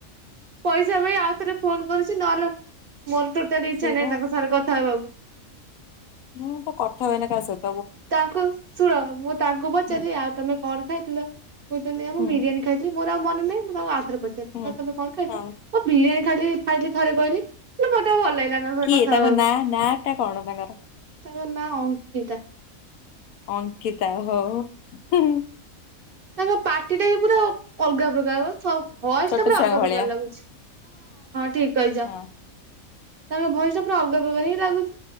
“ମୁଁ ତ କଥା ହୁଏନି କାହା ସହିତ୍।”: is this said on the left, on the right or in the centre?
Left